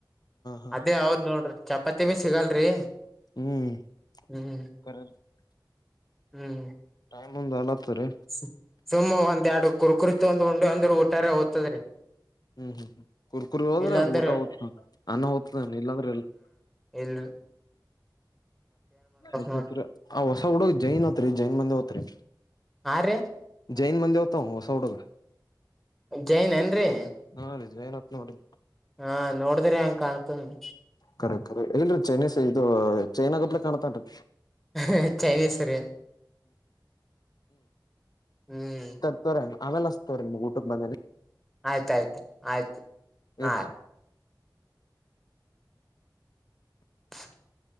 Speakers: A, on the left; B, in the centre.
A: ಹಾ
B: ಅದೇ ಹೌದ್ ನೋಡ್ರಿ ಚಪಾತಿ ವೆ ಸಿಗಲ್ರಿ.
A: ಹ್ಮ್
B: ಹ್ಮ್.
A: <unintelligible>
B: ಹ್ಮ್.
A: ಟೈಮ್ ಒಂದ್ ಆಲತ್ತ ರೀ.
B: ಸು ಸುಮ್ಮೆ ಒಂದೆರಡು ಕುರ್ಕುರೆ ತೋಂದು ಉಂಡೆ ಅಂದ್ರ ಊಟಾರೆ ಹೊತದ್ರಿ.
A: ಹ್ಮ್ ಹ್ಮ್ ಹ್ಮ್ ಕುರ್ಕುರ್ ಹೋದ್ರೆ
B: ಇಲ್ಲಾಂದ್ರ
A: ಊಟ ಹೊದ್ತ ಅನ್ನ ಹೊದ್ತ ಇಲ್ಲಾಂದ್ರೆ ಇಲ್ಲಾ.
B: ಇಲ್ರ.
A: <unintelligible>
B: ನೋಡ್ರಿ
A: ಆ ಹೊಸ ಹುಡು ಜೈನಂತ್ರಿ ಜೈನ್ ಮಂದಿ ಹೊತ್ರಿ.
B: ಹಾ ರೀ.
A: ಜೈನ್ ಮಂದಿ ಹೊತವ್ ಹೊಸ ಹುಡುಗ.
B: ಜೈನೇನ್ರಿ.
A: ಹಾ ರಿ ಜೖನಂತ್ ನೋಡ್ರಿ.
B: ಹಾ ನೋಡದ್ರಿ ಹಂಗ ಕಾಣ್ತದಾನ್.
A: ಕರೆಕ್ಟ್ ಕರೆಕ್ಟ್ ಇಲ್ರರಿ ಚೈನೀಸ್ ಇದು ಚೈನಾಗಪ್ಲ ಕಾಣ್ತಾನ್ರೀ.
B: ಹೇ ಚೈನೀಸ್ ರೀ ಹ್ಮ್.
A: ಸರ್ ಆಮೇಲೆ ಹಸ್ತನ ತೊರಿ ನಿಮ್ಮ ಊಟಕ ಬಂದೆನ
B: ಆಯ್ತಾಯ್ತು ಆಯ್ತು ಹಾ
A: ಎಡ್
B: <inaudible>